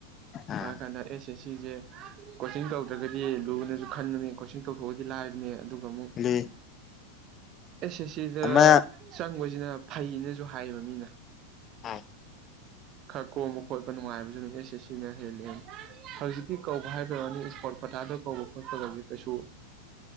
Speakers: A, on the left (about 25°); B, on the right (about 35°).
A: ꯑꯥ
B: <unintelligible> ꯑꯦꯁ ꯁꯤꯁꯦ ꯀꯣꯆꯤꯡ ꯇꯧꯗ꯭ꯔꯒꯗꯤ ꯂꯨꯅꯁꯨ ꯈꯟꯕꯅꯦ ꯀꯣꯆꯤꯡ ꯇꯧꯊꯣꯛꯑꯒꯗꯤ ꯂꯥꯏꯕꯅꯦ ꯑꯗꯨ ꯑꯃꯨꯛ
A: ꯑꯗꯨ
B: ꯑꯦꯁ ꯑꯦꯁ ꯁꯤꯗ
A: ꯑꯃ
B: ꯆꯪꯕꯁꯤꯅ ꯐꯩꯌꯦꯅꯁꯨ ꯍꯥꯏꯌꯦꯕ ꯃꯤꯅ
A: ꯍꯥꯏ
B: ꯈꯔ ꯀꯣꯝꯕ ꯈꯣꯠꯄ ꯅꯨꯡꯉꯥꯏꯕꯁꯨ ꯑꯦꯁ ꯑꯦꯁ ꯁꯤꯅ ꯍꯦꯜꯂꯦꯅ ꯍꯧꯖꯤꯛꯇꯤ ꯀꯧꯕ ꯍꯥꯏꯕꯩ ꯋꯥꯅꯤ ꯏꯁꯄꯣꯔꯠ ꯀ‌ꯣꯇꯥꯗ ꯀꯧꯕ ꯈꯣꯠꯄ ꯀꯥꯏꯁꯦ ꯀꯩꯁꯨ